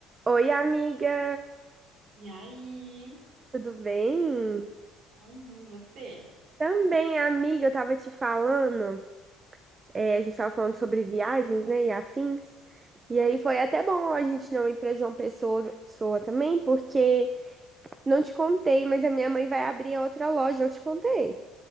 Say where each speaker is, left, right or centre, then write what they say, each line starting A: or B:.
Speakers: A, on the right; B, on the right.
A: Oi, amiga!
B: E aí?
A: Tudo bem?
B: Uhum, e você?
A: Também, amiga, eu tava te falando, é, a gente tava falando sobre viagens, né, e afins. E aí foi até bom a gente não ir pra João Pessoa, Pessoa também, porque não te contei, mas a minha mãe vai abrir outra loja, eu te contei.